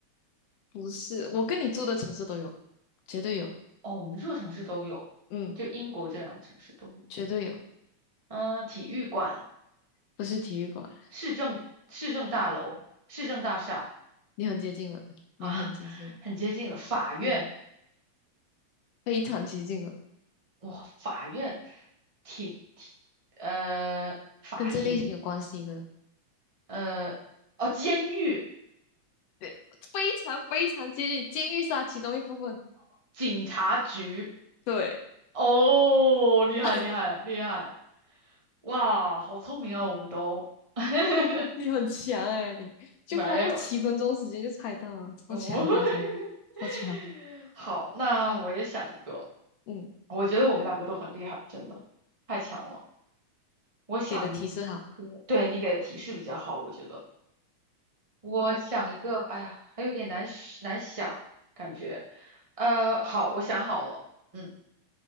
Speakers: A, on the left; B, on the right.
A: 不是？我跟你住的城市都有，绝对有，
B: 哦，我们这个城市都有，
A: 嗯，
B: 就英国这两个城市都有，
A: 绝对有，
B: 嗯，体育馆、
A: 不是体育馆，
B: 市政市政大楼、市政大厦。
A: 你很接近了，
B: 啊，
A: 你很接近了，
B: 很接近了。法院，
A: 嗯，非常接近了，
B: 哇，法院，庭庭，呃，法庭，
A: 跟这类型有关系的。
B: 呃，哦，监狱，
A: 对非常非常接近监狱是它其中一部分。
B: 警察局，
A: 对，
B: 哦，厉害厉害厉害，
A: <laughs>
B: 哇，好聪明啊，我们都 <laughs>
A: 你很强哎、你就花多七分钟时间就猜到了，
B: 没有了，哦，
A: 超强超强
B: <laughs>
A: 超强！
B: 好，那我也想一个，
A: 嗯，
B: 我觉得我们两个都很厉害，真的太强了。我想一
A: 你给的提示好。
B: 个，对你给的提示比较好，我觉得。我想一个，哎呀，还有点难是难想，感觉，呃，好，我想好了，嗯，